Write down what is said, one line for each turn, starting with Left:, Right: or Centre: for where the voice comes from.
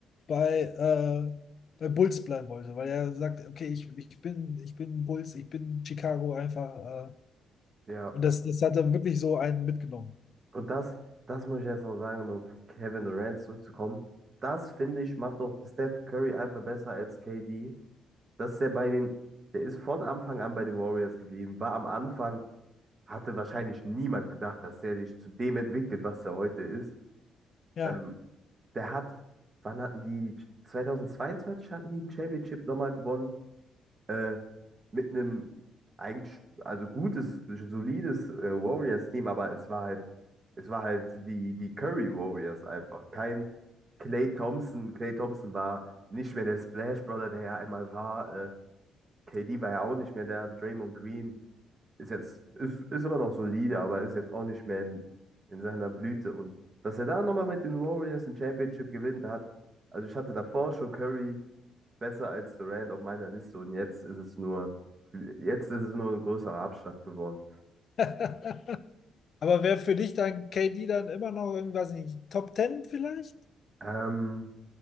Left: bei, äh, bei Bulls bleiben wollte, weil er sagt, okay, ich, ich bin, ich bin Bulls, ich bin Chicago einfach äh,
Right: ja.
Left: und das, das hat er wirklich so einen mitgenommen.
Right: Und das, das muss ich jetzt noch sagen, um auf Kevin Durant zurückzukommen. Das, finde ich, macht auch Steph Curry einfach besser als KD. Dass der bei den, der ist von Anfang an bei den Warriors geblieben, war am Anfang, hatte wahrscheinlich niemand gedacht, dass der sich zu dem entwickelt, was er heute ist.
Left: Ja.
Right: Ähm, der hat, wann hatten die, 2022 hatten die ein Championship nochmal gewonnen? äh, mit einem eigentlich, also gutes, solides äh, Warriors-Team, aber es war halt, es war halt die, die Curry Warriors einfach. Kein Klay Thompson. Klay Thompson war nicht mehr der Splash Brother, der ja einmal war. Äh, KD war ja auch nicht mehr der. Draymond Green ist jetzt, ist, ist immer noch solide, aber ist jetzt auch nicht mehr in, in seiner Blüte. Und dass er da nochmal mit den Warriors ein Championship gewinnt hat, also ich hatte davor schon Curry besser als Durant auf meiner Liste und jetzt ist es nur, jetzt ist es nur ein größerer Abstand geworden.
Left: Ja. <laughs> Aber wäre für dich dann KD dann immer noch irgendwas nicht Top Ten vielleicht?
Right: Ähm,